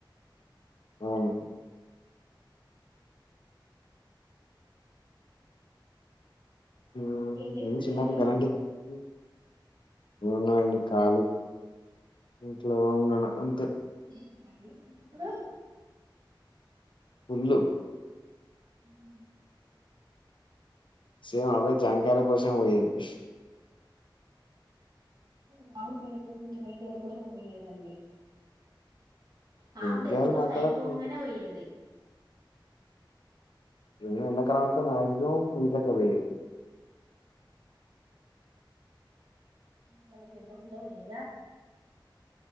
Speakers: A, on the left; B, on the right.
A: అవును హ్మ్
B: ఇంకేం చేస్తున్నారండి
A: నేను చిన్నప్పుడు గలాంటివి పోయెది ఏమున్నదండి ఖాళీ. ఇంట్లో ఉన్నాన అంతే
B: ఇగవలే చిన్నప్పుడు
A: ఫుళ్ళు
B: హ్ హ్ హు
A: సేమ్ అవ్వే జాంకాయల కోసమే పోయేది.
B: మామిడికాయల కోసం, రేగ్గాయల కోసం పోయేదండి హాఫ్
A: జాంకాయలు
B: డే స్కూల్స్
A: మా అక్కడ
B: అయిపొంగనే
A: ఫుడ్,
B: పోయ్యేది
A: మ్మ్ ఎండకాలమంత మాక్సిమం ఈతకే పోయేది.
B: మళ్ళ చెప్పకుంట పోయిర్రా?